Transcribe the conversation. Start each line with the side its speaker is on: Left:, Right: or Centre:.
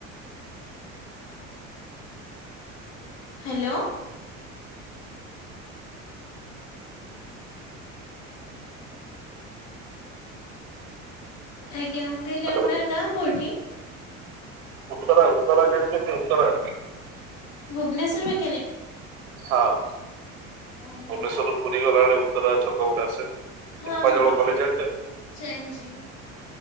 Left: ହ୍ୟାଲୋ। ଆଜ୍ଞା ମୁଁ କହିଲି
Right: ହ୍ୟାଲୋ
Left: ଆପଣଙ୍କ ଗାଁ କୋଉଠି?
Right: ଉତ୍ତରା ଉତ୍ତରା ଜାଣିଛନ୍ତି ଉତ୍ତରା?
Left: ଭୁବନେଶ୍ଵର ଭିତରେ?
Right: ହଁ।
Left: ଓହୋ।
Right: ଭୁବନେଶ୍ୱରରୁ ପୁରୀ ଗଲା ବେଳେ ଉତ୍ତରା ଛକ ଗୋଟେ ଆସେ
Left: ହଁ
Right: ରୁପା
Left: ହଁ
Right: ଜଳ କଲେଜ ଯାଣିଛନ୍ତି
Left: ଜାଣିଛି।